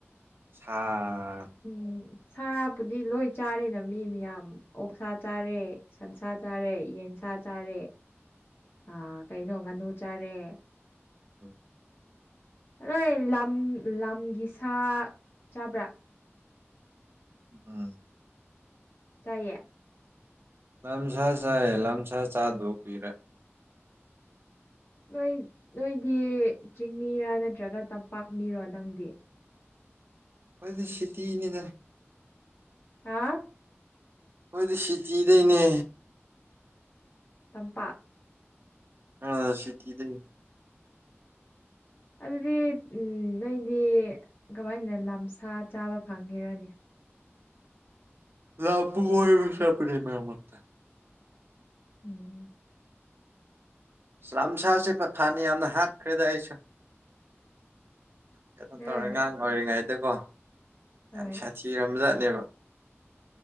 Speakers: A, on the right; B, on the left.
A: ꯁꯥ
B: ꯎꯝ ꯁꯥꯕꯨꯗꯤ ꯂꯣꯏ ꯆꯥꯔꯦꯅ ꯃꯤ ꯃꯌꯥꯝ ꯑꯣꯛꯁꯥ ꯆꯥꯔꯦ ꯁꯟꯁꯥ ꯆꯥꯔꯦ ꯌꯦꯟꯁꯥ ꯆꯥꯔꯦ ꯑꯥ ꯀꯩꯅꯣ ꯉꯥꯅꯨ ꯆꯥꯔꯦ
A: <unintelligible>
B: ꯅꯣꯏ ꯂꯝ ꯂꯝꯒꯤ ꯁꯥ ꯆꯥꯕ꯭ꯔꯥ
A: ꯑꯥ
B: ꯆꯥꯏꯌꯦ
A: ꯂꯝꯁꯥ ꯆꯥꯏꯌꯦ ꯂꯝꯁꯥ ꯆꯥꯗꯕ ꯀꯨꯏꯔꯦ
B: ꯅꯣꯏ ꯅꯣꯏꯗꯤ ꯆꯤꯡ ꯃꯤꯔꯥ ꯅꯠꯇ꯭ꯔꯒ ꯇꯝꯄꯥꯛ ꯃꯤꯔꯣ ꯅꯪꯗꯤ
A: ꯑꯩꯗꯤ ꯁꯤꯇꯤꯅꯤꯗ
B: ꯍꯥ
A: ꯈꯣꯏꯗꯤ ꯁꯤꯇꯤꯗꯩꯅꯦ
B: ꯇꯝꯄꯥꯛ
A: ꯑꯥ ꯁꯤꯇꯤꯗꯥꯒꯤ
B: ꯑꯗꯨꯗꯤ ꯎꯝ ꯅꯣꯏꯗꯤ ꯀꯃꯥꯏꯅ ꯂꯝꯁꯥ ꯆꯥꯕ ꯐꯪꯉꯤꯔꯥꯅꯦ
A: <inaudible> ꯃꯔꯛꯇ
B: ꯎꯝ
A: ꯂꯝꯁꯥꯁꯤ ꯐꯥ ꯐꯥꯅ ꯌꯥꯝꯅ ꯍꯥꯠꯈꯔꯦꯗꯥ ꯑꯩꯁꯨ ꯀꯩꯅꯣ
B: ꯑ
A: ꯇꯧꯔꯦ ꯑꯉꯥꯡ ꯑꯣꯏꯔꯤꯉꯩꯗꯀꯣ
B: ꯍꯣꯏ
A: ꯌꯥꯝ ꯁꯥꯊꯤꯔꯝꯕꯖꯥꯠꯅꯦꯕ